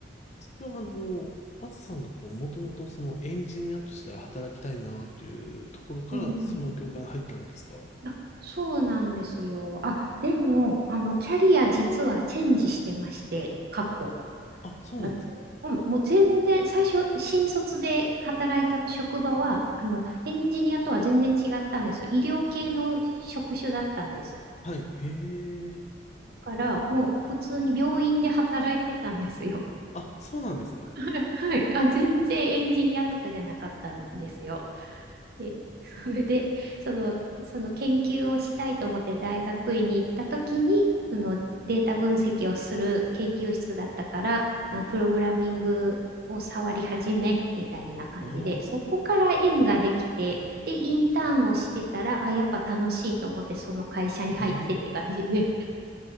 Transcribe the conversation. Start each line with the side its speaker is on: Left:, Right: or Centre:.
Left: それはあの、あずさんがこう、もともとそのエンジニアとして働きたいなっていうところから、
Right: うんうん
Left: その業界に入ったんですか
Right: あそうなんですよ。あ、でも、あの、キャリア実はチェンジしてまして、過去。
Left: あ、そうなんですか
Right: あうん、もう全然、最初、新卒で働いた職場は、あの、エンジニアとは全然違ったんですよ。医療系の職種だったんです。
Left: はい、へえ。
Right: だから、もう普通に病院で働いてたんですよ。
Left: あ、そうなんですか
Right: <laughs> はい。あ、全然エンジニアとかじゃなかったんですよ。で、<laughs> それで、その、その研究をしたいと思って大学院に行った時に、そのデータ分析をする研究室だったから、まあ、プログラミングを触り始めみたいな感じで、
Left: ああ
Right: そこから縁ができて、で、インターンをしてたら、あ、やっぱ楽しいと思って、その会社に入ってって感じで。
Left: へえ。